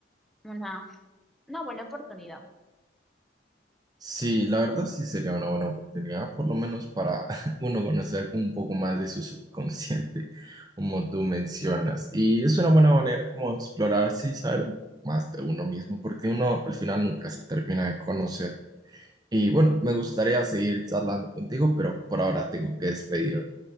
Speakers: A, in the centre; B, on the right (about 20°).
A: una, una buena oportunidad.
B: Sí, la verdad sí sería una buena oportunidad, por lo menos para <laughs> uno conocer un poco más de su subconsciente, como tú mencionas. Y es una buena manera como de explorarse y saber un poco más de uno mismo, porque uno al final nunca se termina de conocer. Y bueno, me gustaría seguir charlando contigo, pero por ahora tengo que despedirme.